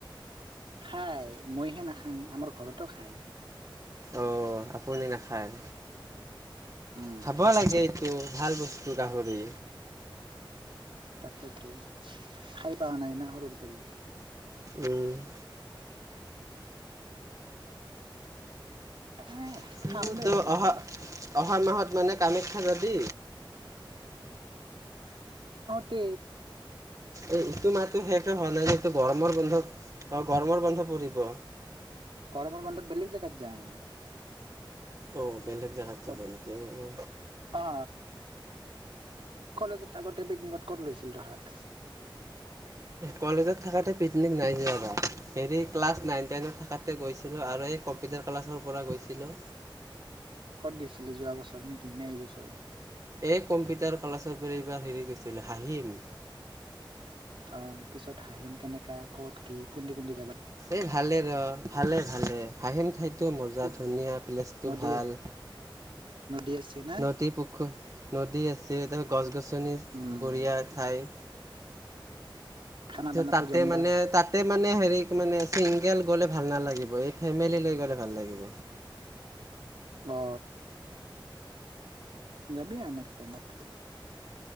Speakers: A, on the right; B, on the right.
A: খাই মইহে নাখাং আমাৰ ঘৰত ত খায়
B: অঁ আপুনি নাখায়
A: উম
B: খাব লাগে এইটো ভাল বস্তু গাহৰি
A: তাকেতো খাই পোৱা নাই না সৰুৰ পাৰি
B: উম <inaudible>
A: এহ
B: <unintelligible>
A: খাম দে
B: তো
A: কেতিয়াবা
B: অহা অহা মাহত মানে কামাখ্যা যাবি?
A: তে
B: এই ইটো মাতো শেষে হোৱা নাই যে এইটো গৰমৰ বন্ধ অ গৰমৰ বন্ধ কৰিব
A: গৰমৰ বন্ধত বেলেগ জেগাত যাম
B: অঁ বেলেগ জেগাত যাব
A: ক'ত
B: নেকি অঁ অ
A: অ কলেজত থাকোতে পিকনিকত কত লৈছিল তহাত
B: কলেজত থাকাঁতে পিকনিক নাই যোৱা এবাৰ হেৰি ক্লাছ নাইন টেনত থকাতে গৈছিলোঁ আৰু এই কম্পিউটাৰ ক্লাছৰ পৰা গৈছিলোঁ
A: ক'ত গৈছিলে যোৱা বছৰ নেকি নে এইবছৰে?
B: এই কম্পিউটাৰ ক্লাছৰ পৰা এইবাৰ হেৰি গৈছিল হাঁহিম
A: অ পিছত হাঁহিম কেনেকা কত কি কুন্দি কুন্দি
B: এই ভালে ৰ ভালে ভালে হাঁহিম ঠাইটো মজা
A: উহ
B: ধুনীয়া প্লেছটো
A: নদী
B: ভাল
A: নদী আছে না
B: নদী পুখুৰী নদী আছে তাৰ গছ গছনি
A: উম
B: বঢ়িয়া ঠাই
A: খানা দানাটো
B: তাতে
A: জমদাৰ
B: মানে তাতে মানে হেৰি মানে চিংগেল গ'লে ভাল নালাগিব এই ফেমিলি গ'লে ভাল লাগিব
A: অ যাবি আৰু নেক্সট টাইমত